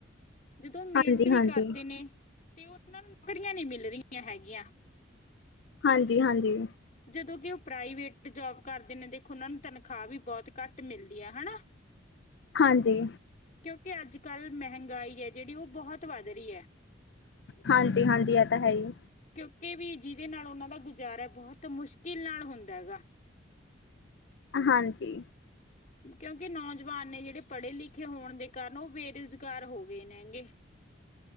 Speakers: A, on the left (about 40°); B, on the left (about 60°).
A: ਜਦੋਂ ਉਹ ਮਿਹਨਤ
B: ਹਾਂਜੀ
A: ਵੀ
B: ਹਾਂਜੀ ਹਾਂਜੀ
A: ਕਰਦੇ ਨੇ, ਤੇ ਉਹ ਉਹਨਾਂ ਨੂੰ ਨੌਕਰੀਆਂ ਨਹੀਂ ਮਿਲ ਰਹੀਆਂ ਹੈਗੀਆਂ।
B: ਹਾਂਜੀ- ਹਾਂਜੀ।
A: ਜਦੋਂ ਕਿ ਉਹ ਪ੍ਰਾਈਵੇਟ ਜੋਬ ਕਰਦੇ ਨੇ, ਦੇਖੋ ਉਹ ਨੂੰ ਤਨਖਾਹ ਵੀ ਬਹੁਤ ਘੱਟ ਮਿਲਦੀ ਹੈ ਹਨਾ।
B: ਹਾਂਜੀ।
A: ਕਿਉਂਕਿ ਅੱਜ ਕੱਲ੍ਹ ਮਹਿੰਗਾਈ ਹੈ ਜਿਹੜੀ ਉਹ ਬਹੁਤ ਵੱਧ ਰਹੀ ਹੈ।
B: ਹਾਂਜੀ, ਹਾਂਜੀ ਇਹ ਤਾਂ ਹੈ ਹੀ।
A: ਕਿਉਂਕਿ ਵੀ ਜਿਹਦੇ ਨਾਲ ਉਹਨਾਂ ਦਾ ਗੁਜ਼ਾਰਾ ਬਹੁਤ ਮੁਸ਼ਕਿਲ ਨਾਲ ਹੁੰਦਾ ਹੈਗਾ।
B: ਹਾਂਜੀ।
A: ਕਿਉਂਕਿ ਨੌਜਵਾਨ ਨੇ ਜਿਹੜੇ ਪੜ੍ਹੇ ਲਿਖੇ ਹੋਣ ਦੇ ਕਾਰਨ ਉਹ ਬੇਰੁਜ਼ਗਾਰ ਹੋ ਗਏ ਨੇ ਹੈਗੇ।